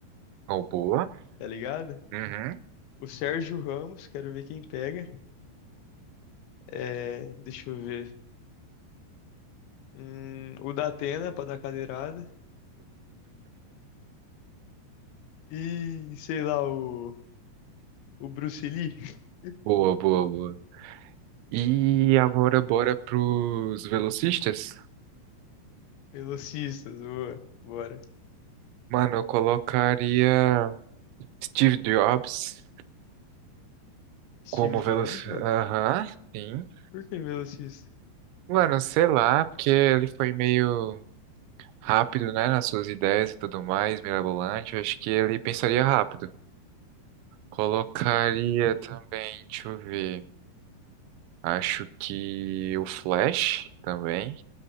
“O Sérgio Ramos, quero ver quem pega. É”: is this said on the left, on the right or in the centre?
Left